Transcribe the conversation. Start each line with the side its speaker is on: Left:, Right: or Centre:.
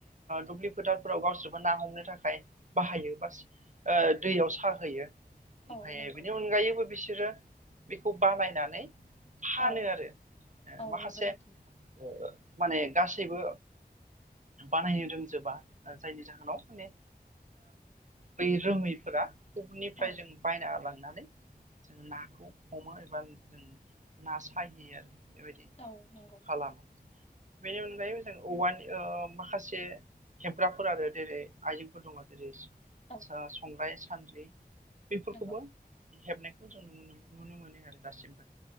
Right: दुब्लि फोथाराव गावसोरबो ना हमनो थाखाय बाहायो बा ओ दैयाव साहैयो ओमफ्राय
Left: औ नंगौ
Right: बिनि अनगायैबो बिसोरो बेखौ बानायनानै फानो
Left: औ
Right: आरो ऐ
Left: औ
Right: माखासे
Left: नंगौ नोंथां
Right: ओ माने गासैबो बानायनो रोंजोबा जायनि जाहोनाव माने बै रोङैफोरा गुबुननिफ्राय
Left: औ
Right: जों बायना लांनानै जोङो नाखौ हमो एबा जों ना साहयो आरो बेबायदि
Left: औ नंगौ
Right: खालामा बेनि अनगायै मोजां औवानि ओ माखासे खेब्राफोर आरो जेरै आइजेंफोर दं जेरै
Left: औ
Right: संग्राय सान्द्रि बेफोरखौबो
Left: नंगौ
Right: हेबनाय खौ जों न नुनो मोनो आरो दासिमबो